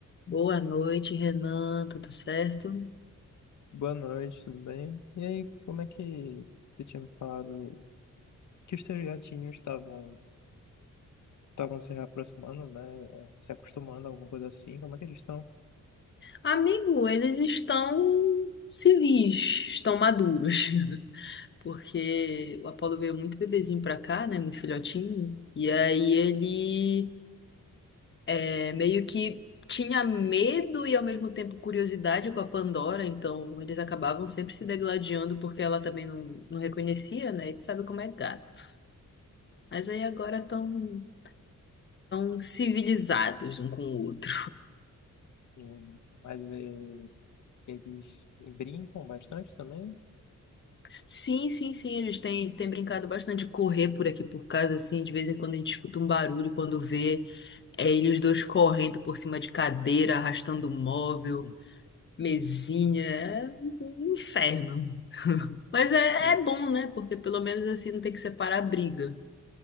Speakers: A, on the left (about 35°); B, on the left (about 65°).
A: Boa noite, Renan. Tudo certo?
B: Boa noite, tudo bem? E aí, como é que você tinha me falado que os teus gatinhos estavam estavam se reaproximando, né? eh, Se acostumando a alguma coisa assim? Como é que eles estão?
A: Amigo, eles estão civis, estão maduros. <laughs> Porque o Apolo veio muito bebezinho pra cá, né? Muito filhotinho. E aí ele é, meio que tinha medo e ao mesmo tempo curiosidade com a Pandora. Então eles acabavam sempre se degladiando porque ela também não, não reconhecia, né? E tu sabe como é gato. Mas aí agora estão tão tão civilizados um com o outro.
B: Hum, Mas eh, eles brincam bastante também?
A: Sim, sim, sim, eles têm, têm brincado bastante de correr por aqui por casa, assim, de vez em quando a gente escuta um barulho, quando vê, é eles dois correndo por cima de cadeira, arrastando móvel,
B: Hum.
A: mesinha, é um inferno. Mas é,
B: Me-
A: é bom, né? Porque pelo menos assim não tem que separar a briga.